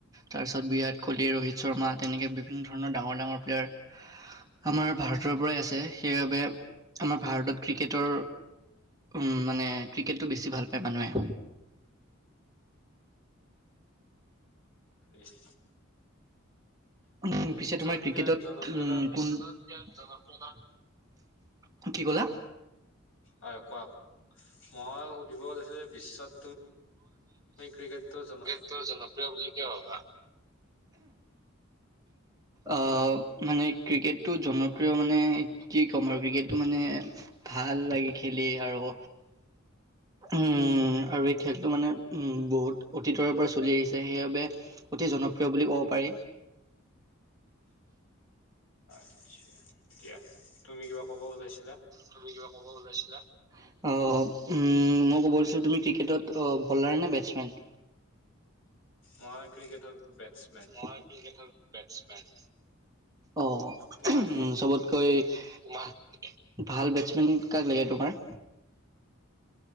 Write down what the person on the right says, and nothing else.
তাৰপিছত বিৰাট কোহলি, ৰোহিত শৰ্মা তেনেকে বিভিন্ন ধৰণ ডাঙৰ ডাঙৰ প্লেয়াৰ। আমাৰ ভাৰতৰ পৰাই আছে। সেইবাবে আমাৰ ভাৰতত ক্ৰিকেটৰ উম, মানে ক্ৰিকেটটো বেছি ভাল পায় মানুহে।
উম। পিছে তোমাৰ
ক্ৰিকেটত
উ কোন <unintelligible> কি ক'লা?
টো জনপ্ৰিয় বুলি কিয় ভাবা? আহ মানে ক্ৰিকেটটো জনপ্ৰিয় মানে। কি ক'ম আৰু ক্ৰিকেটটো মানে ভাল লাগে খেলি আৰু। উম আৰু এই খেলটো মানে উম বহুত অতীতৰে পৰা চলি আহিছে। সেইবাবে অতি জনপ্ৰিয় বুলি ক'ব পাৰি।
তুমি কিবা ক'ব ওলাইছিলা? অঁ। উম, ম ক'ব লৈছিলোঁ তুমি ক্ৰিকেটত অ বলাৰ নে বেটছমেন?
মই ক্ৰিকেতৰ বেটচমেন, অ উম
চবতে কৈ ভাল বেটছমেন কাক লাগে তোমাৰ?